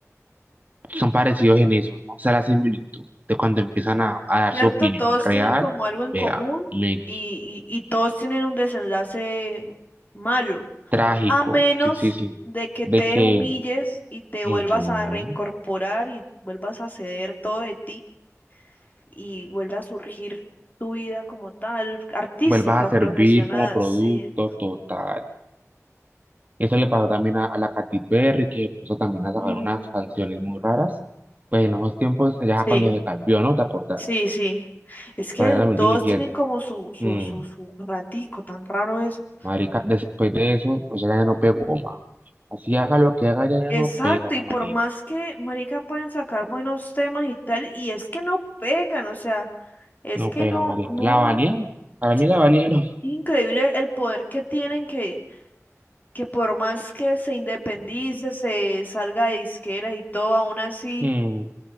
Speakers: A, on the right; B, on the left.
A: son parecidos en eso, ¿no? O sea, la similitud de cuando empiezan a, a dar
B: ¿Cierto?
A: su opinión
B: Todos
A: real,
B: tienen como algo en común
A: vea, Mickey,
B: y, y, y todos tienen un desenlace malo,
A: trágico,
B: a menos
A: sí, sí, sí,
B: de que
A: de
B: te
A: que
B: humilles y te
A: ujú,
B: vuelvas a reincorporar y vuelvas a ceder todo de ti y vuelva a surgir tu vida como tal, artística,
A: vuelvas a
B: profesional,
A: servir como producto
B: sí.
A: total. Eso le pasó también a, a la Katy Perry, que puso también a sacar
B: Mm,
A: unas canciones muy raras, pues en esos tiempos, ya
B: Sí,
A: cuando se cambió, ¿no? ¿Te acordás?
B: sí, sí. Es que
A: Para el 2017.
B: todos tienen como su, su,
A: Mm,
B: su, su ratico, tan raro eso.
A: marica, después de eso, o sea, ya no pegó más. Así haga lo que haga, ya, ya
B: Exacto,
A: no pega esa
B: y por
A: marica.
B: más que, marica, pueden sacar buenos temas y tal, y es que no pegan, o sea, es
A: No
B: que
A: pega,
B: no,
A: marica.
B: no,
A: La banearon. Para mí la
B: es
A: banearon. <laughs>
B: increíble el poder que tienen que, que por más que se independice, se salga de disqueras y todo, aún así,
A: Hmm,